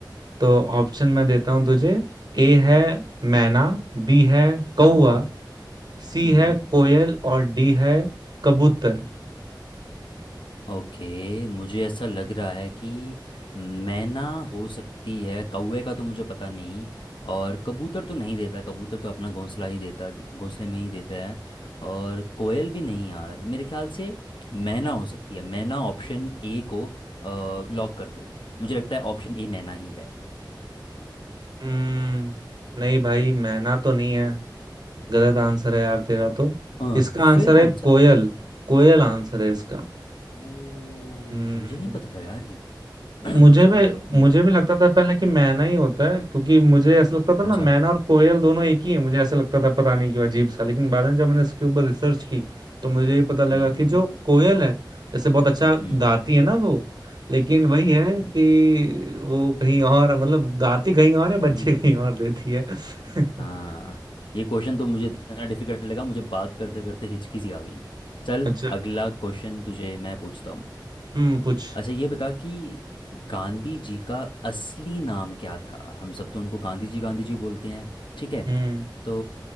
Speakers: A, on the right; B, on the left.
A: तो ऑप्शन मैं देता हूं तुझे ए है मैना बी है कौआ
B: हम्म
A: सी
B: हम्म
A: है कोयल और डी है कबूतर
B: ओके मुझे ऐसा लग रहा है कि मैना हो सकती है कौवे का तो मुझे पता नहीं और कबूतर तो नहीं देता कबूतर तो अपना घोंसला ही देता घोंसले में ही देता है और कोयल भी नहीं यार मेरे ख्याल से मैना हो सकती है मैना ऑप्शन ए को लॉक कर दे मुझे लगता है ऑप्शन ए मैना ही है
A: हम्म नहीं भाई मैना तो नहीं है गलत आंसर है यार तेरा तो
B: अ,
A: इसका
B: फिर
A: आंसर है
B: कौन
A: कोयल
B: सा है
A: कोयल आंसर है इसका
B: ओ
A: हम्म
B: मुझे नहीं पता था यार ये <clears throat>
A: मुझे
B: सॉरी
A: भी
B: हम्म,
A: मुझे भी लगता था पहले कि मैना ही होता है क्योंकि मुझे ऐसा लगता था ना
B: अच्छा
A: मैना और कोयल दोनों एक ही है मुझे ऐसा लगता था पता नहीं क्यों अजीब सा लेकिन बाद में जब मैंने इसके ऊपर रिसर्च की तो मुझे ये पता लगा
B: हम्म
A: कि जो कोयल है जैसे बहुत अच्छा
B: हम्म
A: गाती
B: हम्म
A: है ना वो लेकिन वही है कि वो कहीं और मतलब गाती कहीं और है बच्चे
B: हम्म,
A: कहीं और देती है <laughs>
B: हाँ ये क्वेश्चन तो मुझे इतना डिफिकल्ट लगा मुझे बात करते करते हिचकी सी आ गई चल
A: अच्छा
B: अगला क्वेश्चन तुझे मैं पूछता हूँ
A: हम्म पूछ
B: अच्छा ये बता कि गांधी जी का असली नाम क्या था हम सब तो उनको गांधी जी गांधी जी बोलते हैं ठीक है
A: हम्म
B: तो